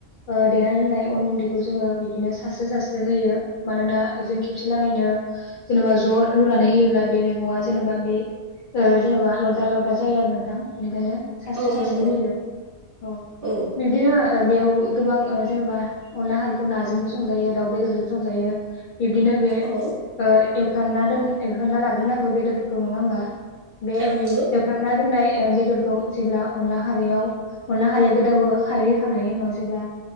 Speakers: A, on the left; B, on the right.
A: ओ देना दोननाय अन गुन्दै बेखौ जोङो बिदिनो सारस्रो सास्रो होयो मानोना जों खेबसे लागैनो जेनेबा ज' लुनानै होयोब्ला बे मैगङा जेन'बा बे ओ जेनेबा लददा लददा जायो आरो नोंथां इनिखायनो सास्रि
B: औ
A: सास्रि
B: नंगौ
A: होयो ओ
B: औ
A: बिब्दिनो ओ बेयावबो गोबां ओ जेनेबा अनला खारिखौ नाजोंबो संजायो दाउ बेदरजोंबो संजायो बिब्दिनो बे
B: औ
A: ओ एव एवफ्रामना दोन एवफ्रामना लाग्रोनांगौ बेदरफोरखौ नङा होमबा बे
B: औ नंगौ
A: एवफ्रामना दोननाय ए बेदरखौ जेब्ला अनला खारियाव अनला खारिया गोदौवो खारै होखांनायनि उनाव जेब्ला